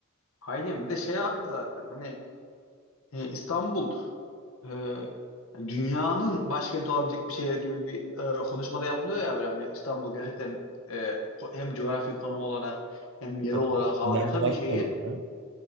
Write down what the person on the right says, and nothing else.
Tabii.
Yani başkentsen,